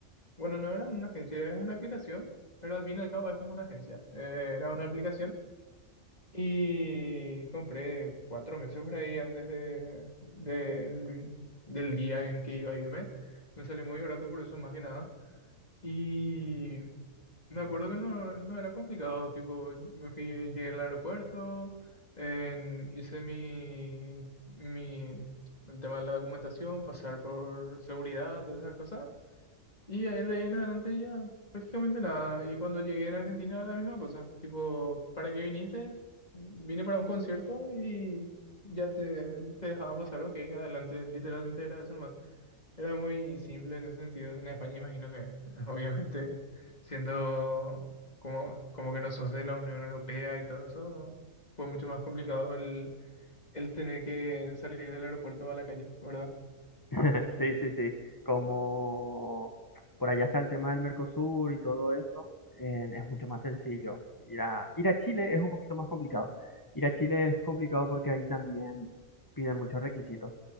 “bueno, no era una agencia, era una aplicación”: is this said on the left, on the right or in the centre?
Left